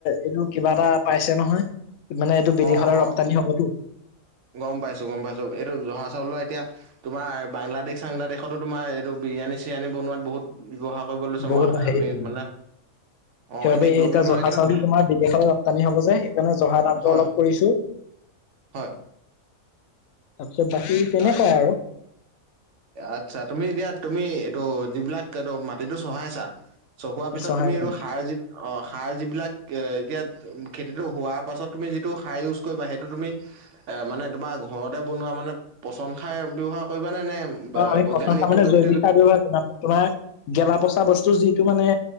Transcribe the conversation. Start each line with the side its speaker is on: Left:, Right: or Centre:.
Left: এইটো কিবা এটা পাইছে নহয়। মানে এইটো বিদেশলৈ
Right: অ অ
Left: ৰপ্তানি হবতো
Right: গম পাইছো গম পাইছো এইটো জহা চাউলল এতিয়া। তোমাৰ বাংলাদেশ চাংলাদেশতো তোমাৰ এইটো বিৰিয়ানী চিৰিানী বনোৱাত বহুত ব্যৱহাৰ। কৰিব লৈছো
Left: বহুত
Right: মই হ'বআমি
Left: হেৰি পাম
Right: মানে। অ
Left: সেইবাবে
Right: গ্ল'বেল
Left: এই এতিয়া জহা
Right: মাৰ্কেটত
Left: চাউলো তোমাৰ বিদেশলৈ ৰপ্তানি হব যে সেইকাৰণে জহা।
Right: হয়
Left: অলপ কৰিছো। উ
Right: হয়
Left: তাৰপিছত বাকী তেনেকুৱাই
Right: অ
Left: আৰু।
Right: আচ্ছা তুমি এতিয়া তুমি এইটো যিবিলাক এইটো মাটিতটো চহাইছা। চহোৱাৰ পিছত
Left: চহাই
Right: তুমি এই
Left: কৰি
Right: সাৰ যি অ সাৰ যিবিলাক। এ এতিয়া খেতিটো হোৱাৰ পাছত তুমি যিটো সাৰ ইউজ কৰিবা সেইটো তুমি এ মানে তোমাৰ ঘৰতে বনোৱা মানে পচন হাৰ ব্যৱহাৰ। কৰিবা নে নে বা
Left: আমি <unintelligible>
Right: বৈজ্ঞানিক প্ৰযুক্তি
Left: মানে জৈৱিক
Right: যুক
Left: সাৰ ব্যৱহাৰ তোমাৰ গেলা পচা বস্তু যিটো মানে।